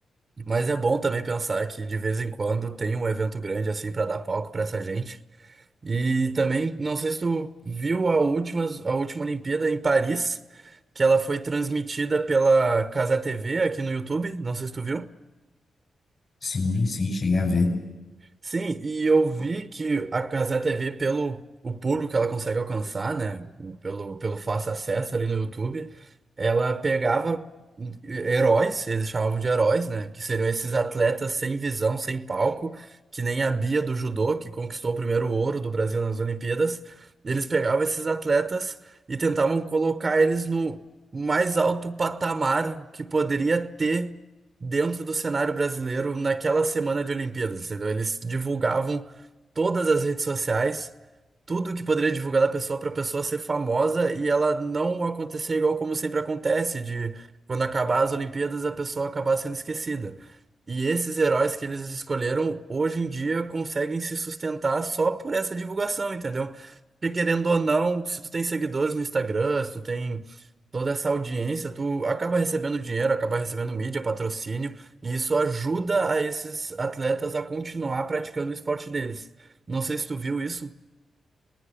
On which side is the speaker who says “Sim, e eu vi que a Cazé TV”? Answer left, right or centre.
Right